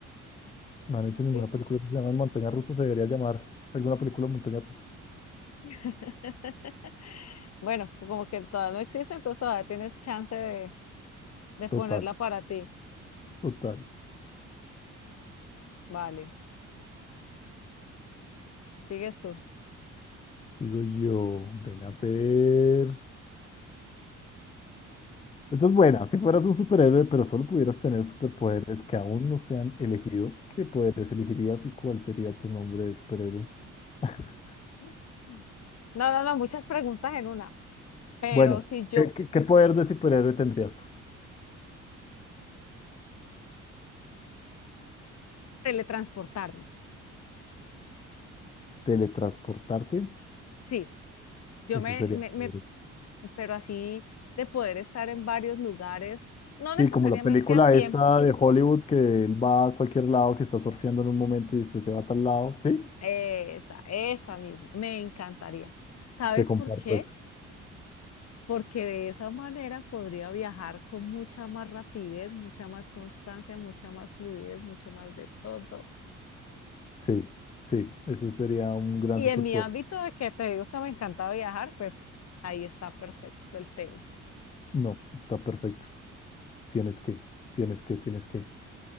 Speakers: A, on the left; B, on the left.
A: No han hecho ninguna
B: sí,
A: película
B: sí.
A: que se llame Montaña Rusa, se debería llamar alguna película Montaña Rusa.
B: <laughs> Bueno, como que todavía no existe, entonces todavía tienes chance de, de
A: Total,
B: ponerla para ti.
A: total.
B: Vale, sigues tú.
A: Sigo yo, ven a ver. Esta es buena. Si fueras un superhéroe, pero solo pudieras tener superpoderes que aún no se han elegido, ¿qué poderes elegirías y cuál sería tu nombre de superhéroe? <laughs>
B: Mm. No, no, no, muchas preguntas en una, pero
A: Bueno,
B: si yo
A: ¿qué, qué- qué
B: s-
A: poder de superhéroe tendrías tú?
B: teletransportarme,
A: ¿Teletransportarte?
B: sí, yo
A: Eso
B: me,
A: sería
B: me, me-
A: chévere.
B: pero así de poder estar en varios lugares, no
A: Sí,
B: necesariamente
A: como la película
B: al tiempo,
A: esta de Hollywood que él va a cualquier lado, que está surfeando en un momento y después se va a tal lado. ¿Sí?
B: esa, esa misma, me encantaría. ¿Sabes
A: Te comparto
B: por qué?
A: eso.
B: porque de esa manera podría viajar con mucha más rapidez, mucha más constancia, mucha más fluidez, mucho más de todo.
A: Sí, sí, eso sería un gran
B: Y
A: superpoder.
B: en mi ámbito de que te digo que me encanta viajar, pues ahí está perfecto el tema.
A: No, está perfecto. Tienes que, tienes que, tienes que.